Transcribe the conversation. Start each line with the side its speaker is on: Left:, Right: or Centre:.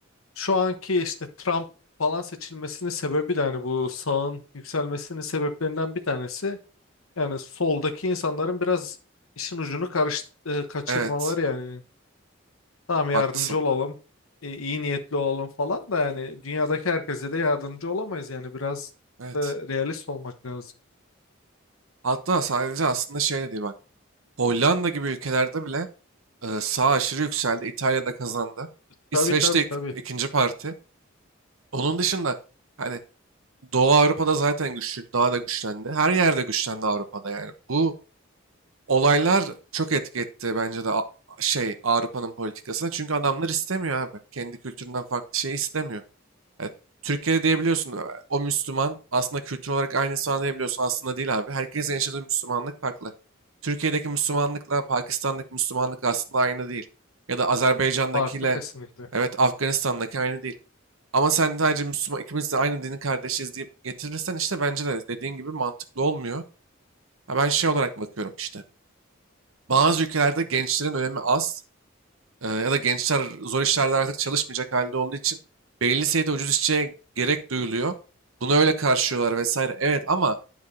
Left: şu anki işte Trump falan seçilmesinin sebebi de hani bu sağın yükselmesinin sebeplerinden bir tanesi. Yani soldaki insanların biraz işin ucunu karıştı, e, kaçırmaları
Right: Evet
Left: yani. Tamam yardımcı
Right: haklısın.
Left: olalım, e, iyi niyetli olalım falan da yani dünyadaki herkese de yardımcı olamayız yani biraz
Right: Evet.
Left: da realist olmak lazım.
Right: Hatta sadece aslında şey de değil bak. Hollanda gibi ülkelerde bile Ee, sağ aşırı yükseldi. İtalya'da kazandı. İsveç'te
Left: Tabii tabii
Right: ik-
Left: tabii.
Right: ikinci parti. Onun dışında hani Doğu Avrupa'da zaten güçlüydü. Daha da güçlendi. Her yerde güçlendi Avrupa'da yani. Bu olaylar çok etki etti bence de A- şey Avrupa'nın politikasına. Çünkü adamlar istemiyor abi. Kendi kültüründen farklı şey istemiyor. E, Türkiye'de diyebiliyorsun "Ö, o Müslüman aslında kültür olarak aynısı falan diyebiliyorsun. Aslında değil abi. Herkesin yaşadığı Müslümanlık farklı. Türkiye'deki Müslümanlıkla Pakistan'daki Müslümanlık aslında aynı değil. Ya da Azerbaycan'dakiyle
Left: Farklı kesinlikle.
Right: evet Afganistan'daki aynı değil. Ama sen sadece Müslüman ikimiz de aynı dinin kardeşiz deyip getirirsen işte bence de dediğin gibi mantıklı olmuyor. Ha ben şey olarak bakıyorum işte. Bazı ülkelerde gençlerin önemi az. Ee, ya da gençler zor işlerde artık çalışmayacak halde olduğu için belli sayıda ucuz işçiye gerek duyuluyor. Bunu öyle karşılıyorlar vesaire. Evet ama